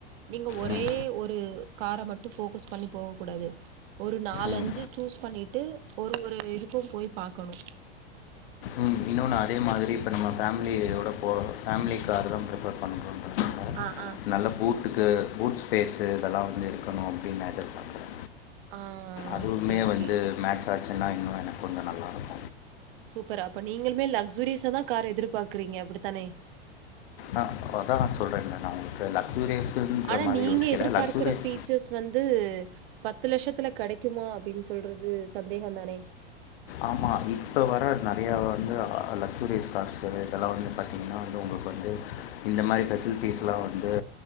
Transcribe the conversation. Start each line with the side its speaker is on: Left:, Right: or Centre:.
Right: நீங்க ஒரே
Left: ம்
Right: ஒரு கார மட்டு போக்கஸ் பண்ணி போக கூடாது ஒரு நாலஞ்சு
Left: ம்
Right: சூஸ் ஸ் பண்ணிட்டு ஒரு ஒரு இதுக்கு போய் பாக்கணு
Left: ம் இன்னு நா அதே மாதிரி இப்போ நம்ம ஃபேமிலியோட போற ஃபேமிலி கார் தா ப்ரிஃபர் பண்ணறோ ப
Right: ஆ ஆ
Left: நல்ல பூட்டுக்கு பூட்ஸ் பேஸு இதெல்லா வந்து இருக்கணு அப்படின் நா எதிர்பார்க்கறே
Right: ஆ
Left: அதுவுமே
Right: ஓகே ஓகே
Left: வந்து மேட்ச ஆச்சுன்னா இன்னு எனக்கு கொஞ்ச நல்லா இருக்கு
Right: பரா அப்ப நீங்களுமே லக்ஸ்சுரியஸ தா கார் எதிர்பாக்குறீங்க அப்படித்தானே
Left: ஆ அதா நா சொல்றேங்களன் நா உங்களுக்கு லக்ஸூரியஸுன்ற
Right: ஆனா
Left: மாதிரி
Right: நீங்க
Left: யோசிக்கலை
Right: எதிர்பார்க்கற
Left: லக்ஸூரியஸ்
Right: பபீச்சர்ஸ் வந்து பத்து லட்சத்துல கிடைக்குமா அப்படின்னு சொல்றது சந்தேகம் தானே
Left: ஆமா இப்போ வர நிறையா வந்து லக்ஸ்சூரியஸ் கார்ஸு இதெல்லா வந்து பார்த்தீங்கன்னா வந்து உங்களுக்கு வந்து இந்த மாதிரி ஃபெசிலிட்டிஸ்லா வந்து